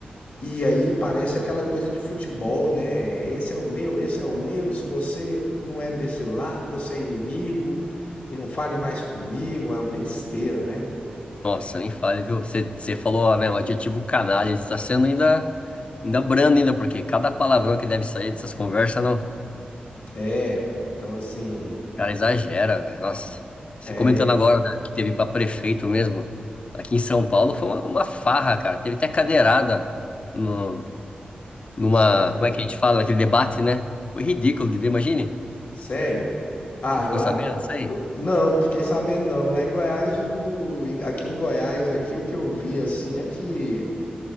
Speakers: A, on the left; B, on the left.
A: E aí parece aquela coisa de futebol, né? Esse é o meu, esse é o meu. Se você não é desse lado, você é inimigo e não fale mais comigo. É uma besteira, né?
B: Nossa, nem fale, viu? Você você falou, né, o adjetivo canalha, está sendo ainda, ainda brando ainda, porque cada palavrão que deve sair dessas conversas, não
A: É, então assim,
B: Cara, exagera, velho. Nossa, você
A: é
B: comentando agora, né, que teve pra prefeito mesmo, aqui em São Paulo, foi uma, uma farra, cara. Teve até cadeirada no, numa.
A: sério,
B: Como é que a gente fala? Naquele debate, né? Foi ridículo de ver, imagine.
A: sério. Ah,
B: Você ficou
A: lá,
B: sabendo disso aí?
A: não, não fiquei sabendo não. Lá em Goiás, o- em- aqui em Goiás, aqui o que eu vi assim é que